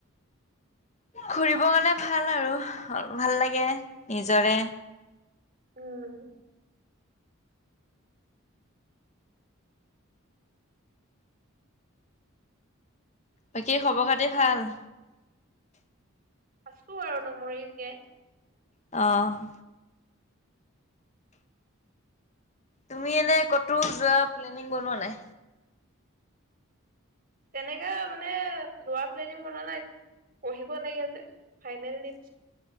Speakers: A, on the left; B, on the right.
A: ফুৰিব গলে ভাল আৰু, ভাল লাগে নিজৰে।
B: উম'
A: বাকী খবৰ খাতি ভাল?
B: আছো আৰু নমৰি জীয়াই।
A: অঁ' তুমি এনেই ক'তো যোৱা প্লেনিং বনোৱা নাই?
B: তেনেকে মানে যোৱা প্লেনিং বনোৱা নাই, পঢ়িব লাগে যে ফাইনেল দিম।